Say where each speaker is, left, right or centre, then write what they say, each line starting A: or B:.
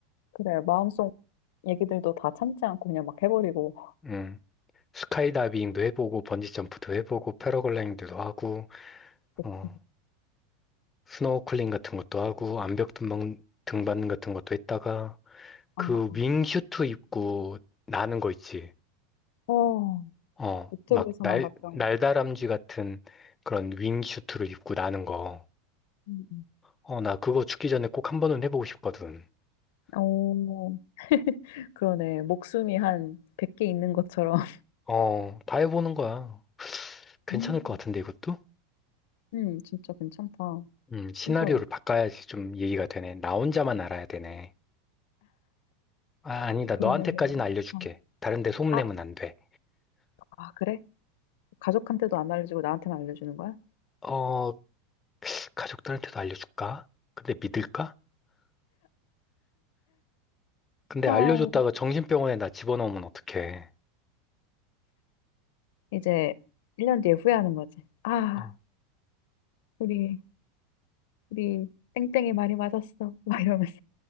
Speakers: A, on the left; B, on the left.
A: 그래. 마음속 얘기들도 다 참지 않고 그냥 막 해버리고.
B: 음. 스카이다이빙도 해보고 번지점프도 해보고 패러글라이딩도 하고
A: 그치.
B: 어, 스노클링 같은 것도 하고 암벽 등반, 등반 같은 것도 했다가 그
A: 아, 아.
B: 윙슈트 입고 나는 거 있지.
A: 어,
B: 어,
A: 유튜브에서만
B: 막 날,
A: 봤던
B: 날다람쥐
A: 거.
B: 같은 그런 윙슈트를 입고 나는 거.
A: 음, 음.
B: 어, 나 그거 죽기 전에 꼭 한 번은 해보고 싶거든.
A: 오, 그러네. 목숨이 한 100개 있는 것처럼.
B: 어, 다 해보는 거야. 괜찮을
A: 음,
B: 것 같은데 이것도?
A: 음, 진짜 괜찮다.
B: 음, 시나리오를
A: 진짜로.
B: 바꿔야지 좀 얘기가 되네. 나 혼자만 알아야 되네. 아, 아니다.
A: 그러면은,
B: 너한테까지는 알려줄게.
A: 어.
B: 다른 데 소문내면
A: 아,
B: 안 돼.
A: 아, 그래? 가족한테도 안 알려주고 나한테만 알려주는 거야?
B: 어, 가족들한테도 알려줄까? 근데 믿을까? 근데
A: 아,
B: 알려줬다가 정신병원에 나 집어넣으면 어떡해.
A: 이제 1년 뒤에 후회하는 거지. 아,
B: 어,
A: 우리, 우리 땡땡이 말이 맞았어. <laughs> 막 이러면서.